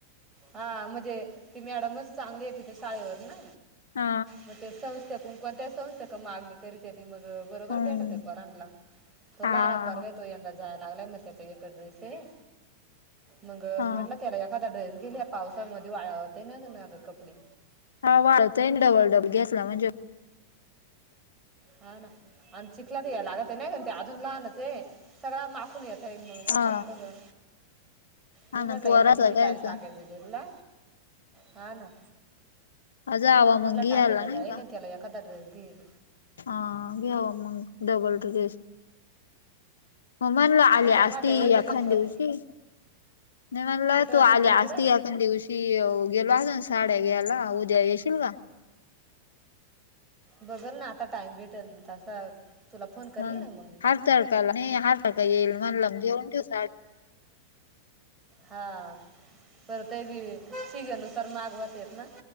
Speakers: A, on the right; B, on the left.
A: हा मजे ती मॅडमच चांगलीय तिथं शाळेवर ना
B: हा
A: मग त्या संस्था कुंक कोणत्या संस् चक मागणी करीत्याती मग बरोबर
B: हम्म
A: भेटत्यात त्या रणला तो
B: हा
A: लहाना पोरगा आहे तो यंदा जाय लागलाय मज त्याचा एकच ड्रेसय मग
B: हा
A: म्हटल त्याला एक एखादा ड्रेस गेली या पावसामध्ये वाळवते नाग नाग कपडे
B: हा वाळतय ना डबल डबल घेतला म्हणजे
A: हा ना आण चिखलात ह्या लागतय नाही का ते अजून लहानचय सगळं माखून येत <unintelligible> मग मधला
B: हा
A: कुढ जा मी
B: हा
A: म्हटलं
B: ना पोराचा
A: एखाद दिशी
B: घ्यायचा
A: जाइल टाकेत बिकेत ना हा ना
B: अज हवा
A: म्हटलं
B: मंगी
A: टाकायला
B: याला नाही
A: जाईल
B: का
A: आणि त्याला एखादा ड्रेस घेईल
B: आं ग्याव मंग डबल रिजेक्श म म्हणल आली
A: आमच्या
B: असती
A: फाट्यावर बी
B: एखाण
A: गंज कप
B: दिवशी नाही म्हणल
A: कुठं
B: तू
A: तुझ्या
B: आली
A: इकडं
B: असती एक एखाण दिवशी अ गेलो असतो ना साड्या घ्याला उद्या येशील का?
A: बघल ना आता टाइम भेटेल तसा तुला फोन करेल
B: हम्म
A: ना मग मी
B: हारताळकाला नाही हारताळका येईल म्हणलं न घेऊन ठेऊस
A: हा परतय बी सीघेनुसार मागवतेत ना